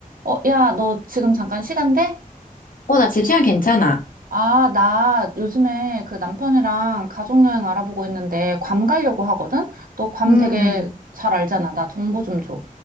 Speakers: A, on the right; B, on the left.
A: 어, 야, 너 지금 잠깐 시간 돼?
B: 어, 나 지금 시간 괜찮아.
A: 아, 나 요즘에 그 남편이랑 가족여행 알아보고 있는데 괌 가려고 하거든? 너 괌
B: 음,
A: 되게 잘 알잖아. 나 정보 좀 줘.